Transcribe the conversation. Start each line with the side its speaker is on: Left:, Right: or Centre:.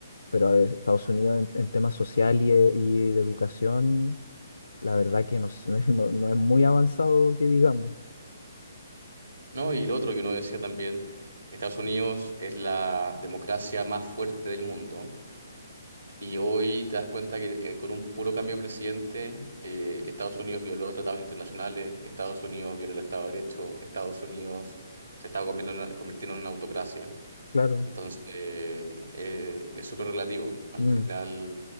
Left: pero a ver, Estados Unidos en, en temas social y, e- y de educación, la verdad que no, s- <laughs> no, no es muy avanzado que digamos,
Right: No, y lo otro que uno decía también, Estados Unidos es la democracia más fuerte del mundo y hoy te das cuenta que eh, con un puro cambio de presidente, eh, Estados Unidos violó tratados internacionales, Estados Unidos violó el Estado de Derecho, Estados Unidos se está convirtiendo en una, convirtiendo en una autocracia.
Left: claro.
Right: Entonces, eh, eh, es súper relativo. Al
Left: Mm.
Right: final,